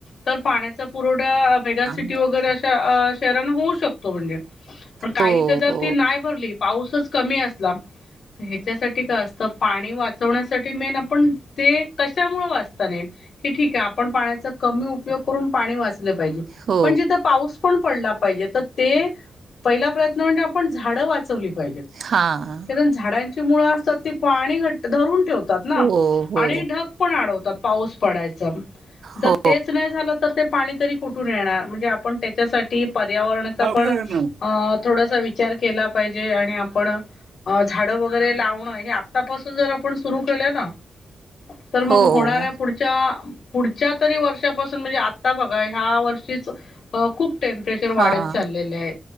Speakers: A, on the left; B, on the right.
A: तर पाण्याचा पुरवठा मेगासिटी
B: हां.
A: वगैरे अशा शहरांना होऊ शकतो म्हणजे पण काही
B: हो,
A: च जर
B: हो,
A: ती नाही भरली पाऊसच कमी असला हेच्यासाठी काय असतं पाणी वाचवण्यासाठी मेन आपण ते कशामुळे वाचतं क नई ते ठीक आहे आपण पाण्याचा कमी उपयोग करून पाणी जपलं पाहीजे
B: हो.
A: पण जिथ पाऊस पण पडला तर ते पहिला प्रयत्न म्हणजे आपण झाड वाचवली पाहीजे
B: हां.
A: कारण झाडांची मुळ असं ती पाणी घट धरून ठेवतात तात ना
B: हो, हो,
A: आणि ढग पण आडवतात पाऊस पडायचा तर
B: हो.
A: ते नाही झालं तर ते पाणी तरी कुठून येणार म्हणजे आपन त्यासाठी पर्यावरणाचा
B: हां,
A: पण
B: हां, हां.
A: अ थोडासा विचार केला पाहिजे आणि आपण अ झाडं वगैरे लावणं हे आतापासून जर आपण सुरू केलं ना तर मग
B: हो.
A: होणाऱ्या पुढच्या पुढच्या तरी वर्ष पासुन म्हणजे आता बघा ह्या वर्षीच खूप टेम्परेचर वाढत
B: हां.
A: चाललेले आहे.